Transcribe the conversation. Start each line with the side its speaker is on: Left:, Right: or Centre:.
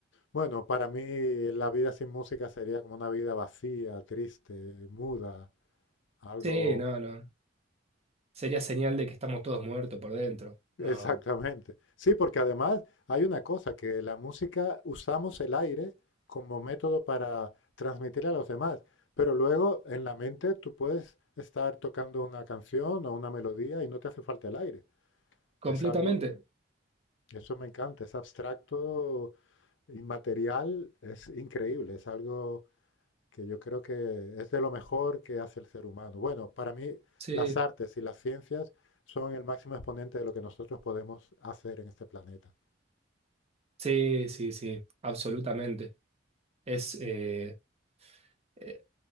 Left: bueno, para mí la vida sin música sería como una vida vacía, triste, muda, algo
Right: Sí, no, no. Sería señal de que estamos todos muertos por dentro.
Left: Exactamente.
Right: No,
Left: Sí, porque además hay una cosa, que la música usamos el aire como método para transmitir a los demás, pero luego en la mente tú puedes estar tocando una canción o una melodía y no te hace falta el aire.
Right: completamente.
Left: Es algo, eso me encanta, es abstracto, inmaterial, es increíble, es algo que yo creo que es de lo mejor que hace el ser humano. Bueno, para mí
Right: Sí,
Left: las artes y las ciencias son el máximo exponente de lo que nosotros podemos hacer en este planeta.
Right: sí, sí, sí, absolutamente. Es, eh, eh,